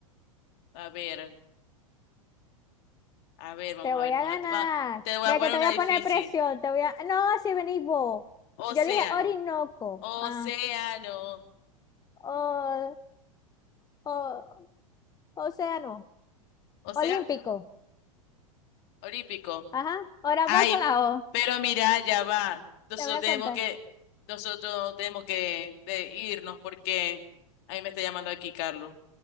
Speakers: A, on the left (about 50°); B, on the left (about 20°).
A: a ver, a ver, vamos
B: Te voy
A: a ver,
B: a
A: ponete,
B: ganar.
A: va, te voy
B: Ve
A: a poner
B: que te
A: una
B: voy a
A: difícil.
B: poner presión. Te voy a. No, si venís vos.
A: Océano,
B: Yo dije Orinoco.
A: océano,
B: Ah, o, o, océano.
A: océano,
B: Olímpico.
A: olímpico.
B: Ajá. Ahora
A: Ay,
B: vos con la O.
A: pero mira, ya va. Nosotros
B: Te voy a
A: tenemos
B: contar.
A: que, nosotros tenemos que de irnos porque ahí me está llamando aquí Carlos.